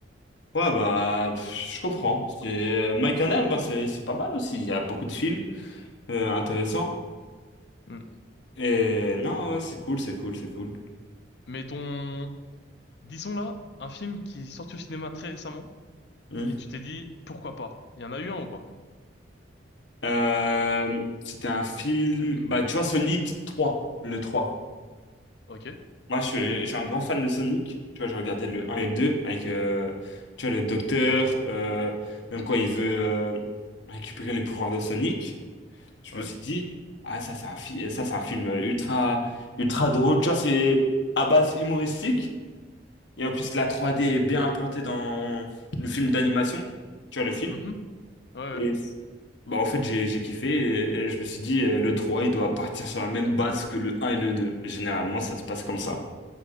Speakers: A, on the left; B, on the left.
A: Ouais, bah, pff, je comprends. C'est euh, My Canal, bah, c'est c'est pas mal aussi. Il y a beaucoup de films euh, intéressants.
B: Mm.
A: Et non, ouais, c'est cool, c'est cool, c'est cool.
B: Mais ton... Disons là, un film qui est sorti au cinéma très récemment
A: Hmm.
B: et tu t'es dit, pourquoi pas? Il y en a eu un ou pas?
A: Euh, c'était un film, bah, tu vois, Sonic 3, le 3.
B: Ok,
A: Moi, je suis, je suis un grand fan de Sonic. Tu vois, j'ai regardé le
B: d'accord.
A: un et le 2 avec, euh, tu vois, le docteur, euh, même quand il veut euh, récupérer les pouvoirs de Sonic. Je
B: Ouais.
A: me suis dit, ah, ça, c'est un, fi- ça, c'est un film ultra, ultra drôle. Tu vois, c'est à base humoristique. Et en plus, la trois d est bien implantée dans le film d'animation. Tu vois, le film.
B: Mhm. Ouais, ouais.
A: Et bah, en fait, j'ai, j'ai kiffé. Et, et je me suis dit, euh, le 3 il doit partir sur la même base que le un et le deux Généralement, ça se passe comme ça.